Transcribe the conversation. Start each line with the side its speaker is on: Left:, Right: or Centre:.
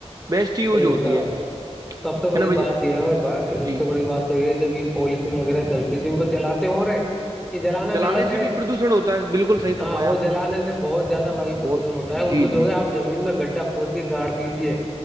Right: بیسٹ یوز
Centre: بے
Right: ہوتی
Centre: شک
Right: ہے
Centre: سب سے
Right: ہے
Centre: بڑی
Right: نا
Centre: بات
Right: بھیا
Centre: یہ ہے اور یہ سب
Right: جی
Centre: سے بڑی بات تو یہ جب یہ پولیتھیین وغیرہ چلتی ہے تو ان کو جلاتے ہو رہے یہ جلانا
Right: چلانے
Centre: غلط
Right: سے
Centre: ہے
Right: بھی پردوشن ہوتا ہے بالکل صحیح
Centre: ہاں
Right: فرمایا
Centre: وہ
Right: آپ نے
Centre: جلانے سے بہت زیادہ وائ پردوشن
Right: بہت
Centre: ہوتا ہے ان
Right: جی
Centre: کو جو
Right: جی
Centre: ہے آپ زمین میں گڈھا کھود کے گاڑ دیجیے